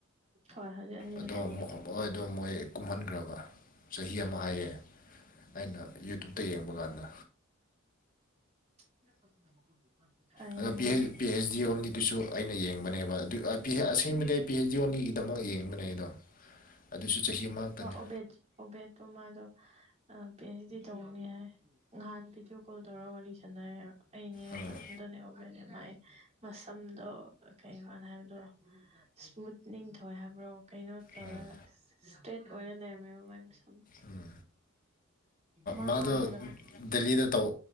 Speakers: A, on the right; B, on the left.
A: ꯍꯣꯏ ꯍꯗꯤ ꯑꯅꯤꯒ
B: ꯑꯗꯣ
A: ꯇꯧꯃꯕ
B: ꯃꯣ ꯍꯣꯏ ꯑꯗꯣ ꯃꯣꯏ ꯀꯨꯝꯍꯟꯈ꯭ꯔꯕ ꯆꯍꯤ ꯑꯃ ꯍꯥꯏꯌꯦ ꯑꯩꯅ ꯌꯨꯇ꯭ꯌꯨꯕꯇ ꯌꯦꯡꯕ ꯀꯥꯟꯗ
A: ꯤꯔ ꯄꯁꯤꯅ ꯀ ꯐꯅꯦꯅꯦ
B: ꯑꯗꯣ P H P H D ꯑꯣꯟꯂꯤꯗꯨꯁꯨ ꯑꯩꯅ ꯌꯦꯡꯕꯅꯦꯕ ꯑꯗꯨ ꯑ ꯄꯤ ꯍꯩ ꯑꯁꯦꯡꯕꯗꯤ ꯑꯩ ꯄꯤ ꯍꯩꯆ ꯗꯤ ꯑꯣꯟꯂꯤꯒꯤꯗꯃꯛ ꯌꯦꯡꯕꯅꯦ ꯑꯩꯗꯣ ꯑꯗꯨꯁꯨ ꯆꯍꯤ ꯑꯃꯈꯛꯇꯅꯦ
A: ꯎꯕꯦ ꯎꯕꯦ ꯇꯣ ꯃꯥ ꯑꯗꯣ ꯄꯤ ꯑꯩꯆ ꯗꯤ ꯇꯧꯕꯅꯤ ꯍꯥꯏ ꯅꯍꯥꯟ ꯚꯤꯗꯤꯑꯣ ꯀꯣꯜ ꯇꯧꯔꯒ ꯋꯥꯔꯤ ꯁꯥꯟꯅꯔꯦ ꯑꯩꯅꯦ
B: ꯑꯥ
A: ꯄ꯭ꯔꯁꯟꯇꯅꯦ ꯑꯣꯕꯅꯦ ꯃꯥꯏ ꯃꯁꯝꯗꯣ ꯀꯩ ꯀꯅ ꯍꯥꯏꯕꯗꯣ ꯏꯁꯃꯨꯠꯅꯤꯡ ꯊꯣꯛꯧꯋꯦ ꯍꯥꯏꯕ꯭ꯔꯣ ꯀꯩꯅꯣ ꯇꯧꯔ
B: ꯎꯝ
A: ꯏꯁꯇ꯭ꯔꯦꯠ ꯑꯣꯏꯔ ꯂꯩꯔꯝꯃꯦꯕ ꯃꯥꯏ ꯃꯁꯝ
B: ꯎꯝ
A: ꯃꯥ
B: ꯃꯥꯗꯣ
A: ꯃꯥꯟꯗ꯭ꯔꯕ
B: ꯗꯦꯜꯂꯤꯗ ꯇꯧ